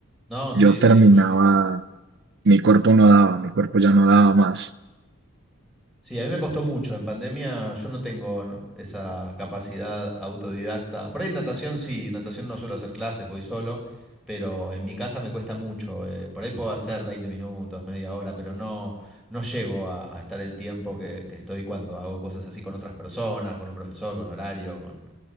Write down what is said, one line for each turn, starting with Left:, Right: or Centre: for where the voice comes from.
Centre: No,
Right: yo
Centre: sí,
Right: terminaba,
Centre: sí, es muy exigente.
Right: mi cuerpo no daba, mi cuerpo ya no daba más.
Centre: Sí, a mí me costó mucho. En pandemia yo no tengo no, esa capacidad autodidacta. Por ahí en natación sí, natación no suelo hacer clases, voy solo, pero en mi casa me cuesta mucho. eh, por ahí puedo hacer 20 minutos, media hora, pero no, no llego a, a estar el tiempo que, que estoy cuando hago cosas así con otras personas, con un profesor, con horario, con